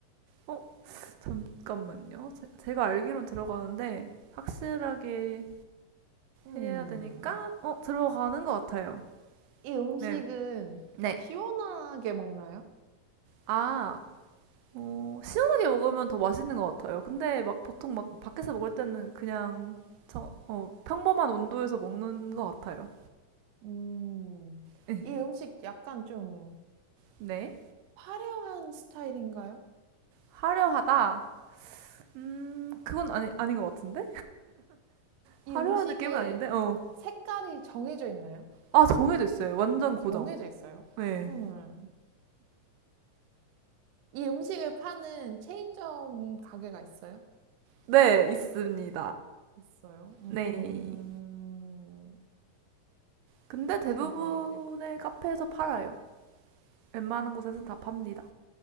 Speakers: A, on the right; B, on the right.
A: 어, 잠깐만요. 제, 제가 알기론 들어가는데 확실하게
B: 음,
A: 해야 되니까 어 들어가는 것 같아요.
B: 이 음식은
A: 네. 네.
B: 시원하게 먹나요?
A: 아, 어, 시원하게 먹으면 더 맛있는 것 같아요. 근데 막 보통 막 밖에서 먹을 때는 그냥 저, 어, 평범한 온도에서 먹는 것 같아요.
B: 음,
A: 네.
B: 이 음식 약간 좀
A: 네.
B: 화려한 스타일인가요?
A: 화려하다. 음, 그건 아니, 아닌 것 같은데? 화려한
B: 이 음식에
A: 느낌은 아닌데? 어.
B: 색깔이 정해져 있나요?
A: 아, 정해졌어요. 완전 고정.
B: 정해져 있어요.
A: 네.
B: 음. 이 음식을 파는 체인점 가게가 있어요?
A: 네, 있습니다.
B: 있어요. 음.
A: 네. 근데
B: 색깔은
A: 대부분의
B: 정해져 있고.
A: 카페에서 팔아요. 웬만한 곳에서는 다 팝니다.